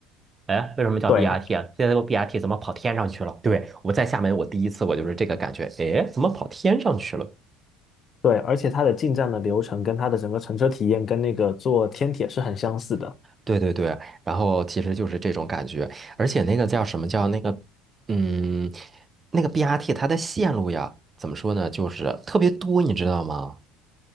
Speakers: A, on the right; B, on the left.
A: 哎，为什么叫
B: 对
A: BRT 啊？现在这个 BRT 怎么跑天上去了？对，我在厦门，我第一次我就是这个感觉，哎，怎么跑天上去了？
B: 对，而且它的进站的流程跟它的整个乘车体验跟那个坐天铁是很相似的。
A: 对对对，然后其实就是这种感觉，而且那个叫什么叫那个，嗯，那个 BRT 它的线路呀，怎么说呢，就是特别多，你知道吗？